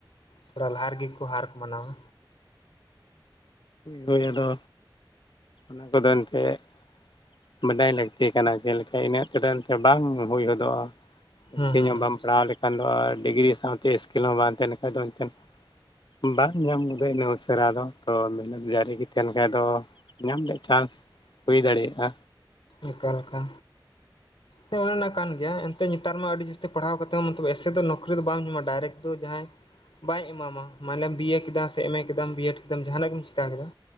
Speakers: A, on the left; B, on the left.
A: ᱛᱷᱚᱲᱟ ᱞᱟᱦᱟ ᱨᱮᱜᱮ ᱠᱚ ᱦᱟᱨ ᱠᱚ ᱢᱟᱱᱟᱣᱟ᱾
B: ᱦᱩᱭ ᱟᱫᱚ ᱚᱱᱟ ᱠᱚᱫᱚ ᱮᱱᱛᱮᱫ ᱵᱟᱰᱟᱭ ᱞᱟᱹᱠᱛᱤ ᱠᱟᱱᱟ ᱡᱮᱞᱮᱠᱟ ᱤᱱᱟᱹᱜ ᱛᱮ ᱫᱚ ᱵᱟᱝ ᱦᱩᱭ ᱦᱚᱫᱚᱜᱼᱟ᱾ ᱡᱟᱹᱥᱛᱤ
A: ᱦᱩᱸ ᱦᱩᱸ
B: ᱧᱚᱜ
A: ᱦᱩᱸ
B: ᱵᱟᱢ ᱯᱟᱲᱦᱟᱣ ᱞᱮᱠᱷᱟᱱ ᱫᱚ ᱰᱤᱜᱽᱨᱤ ᱥᱟᱶᱛᱮ ᱥᱠᱤᱞ ᱦᱚᱸ ᱵᱟᱝ ᱛᱟᱦᱮᱱ ᱠᱷᱟᱱ ᱫᱚ ᱮᱱᱛᱮᱫ ᱵᱟᱝ ᱧᱟᱢ ᱜᱚᱫᱜᱼᱟ ᱤᱱᱟᱹᱜ ᱩᱥᱟᱹᱨᱟ ᱫᱚ᱾ ᱛᱚ ᱢᱮᱦᱱᱮᱫ ᱡᱟᱹᱨᱤᱜᱮ ᱛᱟᱦᱮᱱ ᱠᱷᱟᱡ ᱫᱚ ᱧᱟᱢ ᱨᱮᱭᱟᱜ ᱪᱟᱱᱥ ᱦᱩᱭ ᱫᱟᱲᱮᱭᱟᱜᱼᱟ᱾
A: ᱚᱠᱟ ᱞᱮᱠᱟ? ᱦᱮᱸ ᱚᱱᱮ ᱚᱱᱟ ᱠᱟᱱ ᱜᱮᱭᱟ᱾ ᱱᱮᱛᱟᱨ ᱢᱟ ᱟᱹᱰᱤ ᱡᱟᱹᱥᱛᱤ ᱯᱟᱲᱦᱟᱣ ᱠᱟᱛᱮ ᱦᱚᱸ ᱢᱚᱛᱞᱚᱵ ᱮᱥᱮ ᱫᱚ ᱱᱩᱠᱨᱤ ᱫᱚ ᱵᱟᱝ ᱧᱟᱢᱚᱜᱼᱟ ᱰᱟᱭᱨᱮᱠᱴ ᱫᱚ ᱡᱟᱦᱟᱸᱭ ᱵᱟᱭ ᱮᱢᱟᱢᱟ ᱢᱟᱱᱮᱢ ᱵᱤᱹᱮ ᱠᱮᱫᱟᱢ ᱥᱮ ᱮᱢᱹᱮ ᱠᱮᱫᱟᱢ ᱵᱤᱹᱮᱰ ᱠᱮᱫᱟᱢ ᱡᱟᱦᱟᱱᱟᱜ ᱜᱮᱢ ᱪᱮᱠᱟ ᱠᱮᱫᱟ